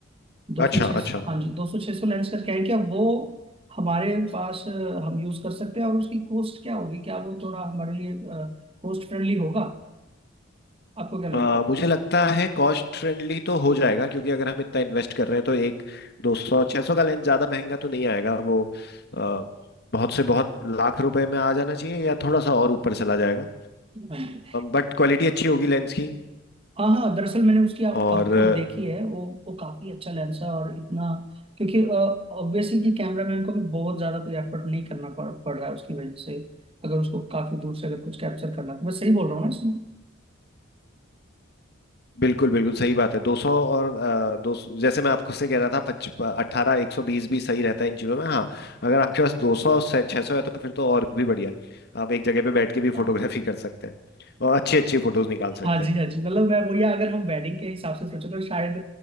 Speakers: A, on the right (about 30°); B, on the left (about 50°).
A: दो
B: अच्छा
A: सौ छह सौ,
B: अच्छा
A: हाँ जी दो सौ छह सौ लेंस का क्या है क्या वो हमारे पास अ, हम यूज कर सकते हैं और उसकी कॉस्ट क्या होगी क्या वो थोड़ा हमारे लिए कॉस्ट फ्रेंडली होगा आपको क्या लगता
B: अ,
A: है
B: मुझे लगता है कॉस्ट फ्रेंडली तो हो जाएगा क्योंकि अगर हम इतना इन्वेस्ट कर रहे हैं तो एक दो सौ छह सौ का लेंस ज़्यादा महंगा तो नहीं आएगा वो अ, बहुत से बहुत लाख रुपए में आ जाना चाहिए या थोड़ा सा और ऊपर चला जाएगा
A: हाँ जी
B: बट क्वालिटी अच्छी होगी लेंस की
A: हाँ हाँ दरअसल मैंने उसकी आउटपुट
B: और अ,
A: देखी है वो वो काफी अच्छा लेंस है और इतना क्योंकि ऑब्वियसली कि कैमरामैन को भी बहुत ज्यादा कोई एफर्ट नहीं करना पड़ पड़ रहा है उसकी वजह से अगर उसको काफी दूर से अगर कुछ कैप्चर करना है। तो मैं सही बोल रहा हूँ ना
B: बिल्कुल बिल्कुल सही बात है दो सौ और अ, दो सौ- जैसे मैं आपको से कह रहा था पच अट्ठारह एक सौ बीस भी सही रहता है इन चीज़ों में हाँ अगर आपके पास दो सौ से छह सौ है तो फिर तो और भी बढ़िया है आप एक जगह पे बैठ के भी
A: इसमें
B: फोटोग्राफी कर सकते हैं और अच्छी अच्छी फोटोज निकाल सकते
A: हाँ जी
B: हैं
A: हाँ जी मतलब मैं वही अगर हम वेडिंग के हिसाब से सोचे तो शायद